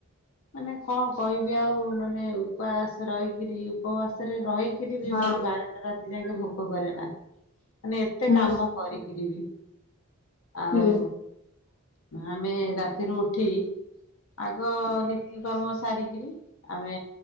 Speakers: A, on the left; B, on the left.
A: ମାନେ କଣ କହିବି ଆଉ ମାନେ ଉପବାସ ରହିକିରି। ଉପବାସରେ ରହିକିରି ବି
B: ହଁ
A: ମତେ ବାରଟା ରାତି ଯାଇକେ ଭୋକ କରେନା। ମାନେ ଏତେ
B: ହୁଁ
A: କାମ କରିକିରି ବି ଆଉ
B: ହୁଁ
A: ଆମେ ରାତିରୁ ଉଠି ଆଗ ନିତ୍ୟକର୍ମ ସାରିକିରି ଆମେ